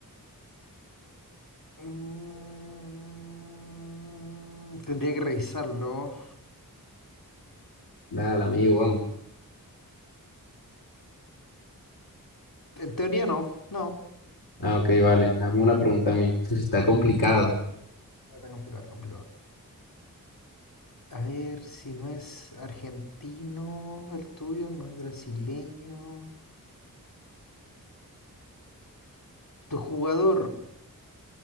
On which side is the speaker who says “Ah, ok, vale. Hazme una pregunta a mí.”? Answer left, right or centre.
Left